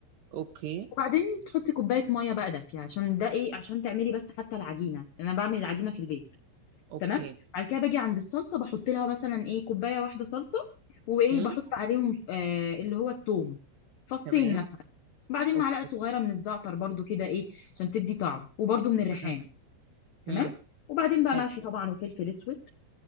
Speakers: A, on the right (about 75°); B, on the left (about 80°).
A: اوكي
B: وبعدين تحطي كوبايه ميه بقى دافيه عشان ده ايه عشان تعملي بس حتى العجينه انا بعمل العجينه في البيت
A: اوكي
B: تمام بعد كده باجي عند الصلصه بحط لها مثلا ايه كوبايه واحده صلصه وايه
A: امم
B: بحط عليهم آه اللي هو الثوم فصين
A: تمام
B: مثلا بعدين
A: اوكي
B: معلقه صغيره من الزعتر برضو كده ايه عشان تدي طعم وبرضو من الريحان
A: امم
B: تمام
A: امم
B: وبعدين بقى
A: حلو
B: ملح طبعا وفلفل اسود